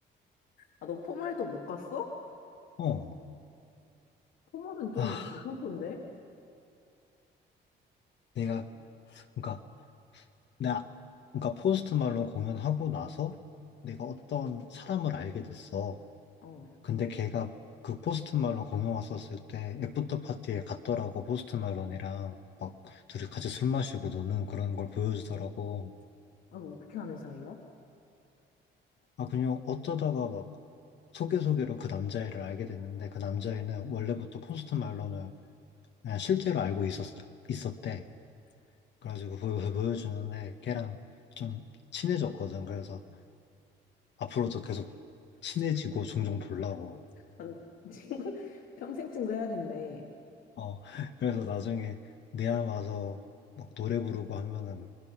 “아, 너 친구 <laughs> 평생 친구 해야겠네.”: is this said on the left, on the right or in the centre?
Left